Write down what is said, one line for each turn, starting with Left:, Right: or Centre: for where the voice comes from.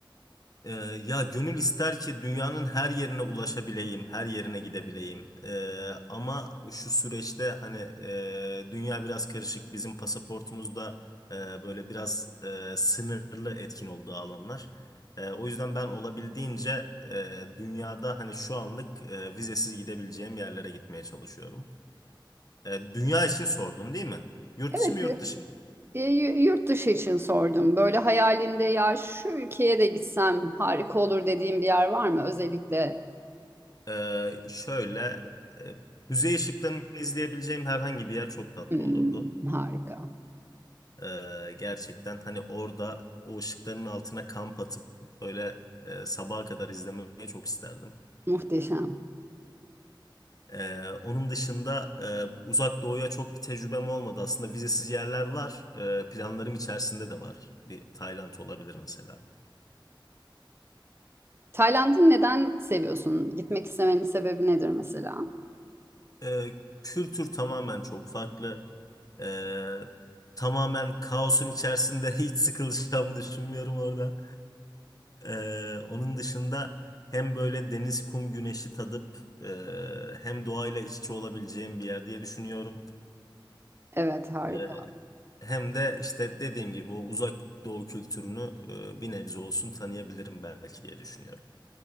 Left: Ee, ya gönül ister ki dünyanın her yerine ulaşabileyim, her yerine gidebileyim. Ee, ama şu süreçte hani e, dünya biraz karışık. Bizim pasaportumuzda e, böyle biraz e, sınırlı etkin olduğu alanlar. E, o yüzden ben olabildiğince e, dünyada hani şu anlık e, vizesiz gidebileceğim yerlere gitmeye çalışıyorum. E, dünya için sordun değil mi? Yurt
Right: Evet,
Left: içi mi yurt dışı mı?
Right: e, y- yurt dışı için sordum. Böyle hayalinde ya şu ülkeye de gitsem harika olur dediğin bir yer var mı? Özellikle
Left: Ee, şöyle e, kuzey ışıklarını izleyebileceğim herhangi bir yer çok tatlı
Right: hmm,
Left: olurdu.
Right: harika,
Left: Ee, gerçekten hani orada o ışıkların altına kamp atıp böyle e, sabaha kadar izlemeyi çok isterdim.
Right: muhteşem.
Left: Ee, onun dışında e, uzak doğuya çok bir tecrübem olmadı. Aslında vizesiz yerler var. Ee, planlarım içerisinde de var. Bir Tayland olabilir mesela.
Right: Tayland'ı neden seviyorsun? Gitmek istemenin sebebi nedir mesela?
Left: Ee, kültür tamamen çok farklı. Ee, tamamen kaosun içerisinde <laughs> hiç sıkılacağımı düşünmüyorum orada. Ee, onun dışında hem böyle deniz, kum, güneşi tadıp e, hem doğayla iç içe olabileceğim bir yer diye düşünüyorum.
Right: Evet, harika.
Left: Ee, hem de işte dediğim gibi o uzak doğu kültürünü e, bir nebze olsun tanıyabilirim belki diye düşünüyorum.